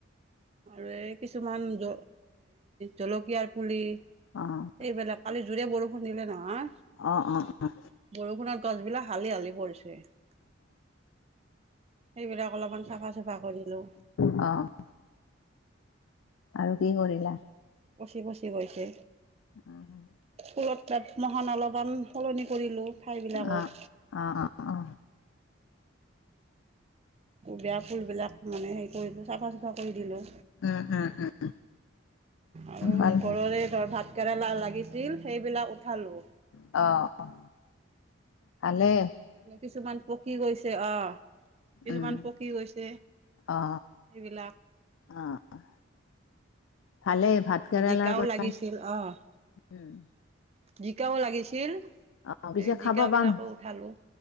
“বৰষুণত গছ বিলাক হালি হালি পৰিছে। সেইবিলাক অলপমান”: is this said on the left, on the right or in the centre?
Right